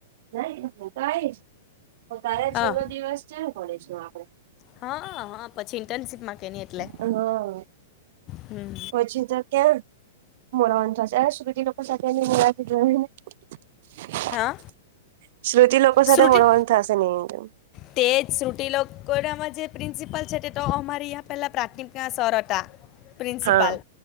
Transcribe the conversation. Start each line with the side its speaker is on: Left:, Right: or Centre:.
Right: નહી હું તો આઈશ પણ કાલે
Left: હા
Right: છેલ્લો દિવસ છે ને કોલેજનો આપડે
Left: હા હા પછી ઇન્ટર્નશીપમાં કે ની એટલે
Right: હા
Left: હમ
Right: પછી તો ક્યાં મોરવાનું થશે સુધી લોકો સાથે જોને <unintelligible>
Left: હા
Right: શ્રુતિ લોકો સાથે
Left: શ્રુતિ
Right: મળવાનું થાશે ની કેમ
Left: તે જ શ્રુતી લોકોનામા જે પ્રિન્સિપલ છે તે તો અમારે અહીંયા પેલા પ્રાથમિકના સર હતા પ્રિન્સિપાલ
Right: હા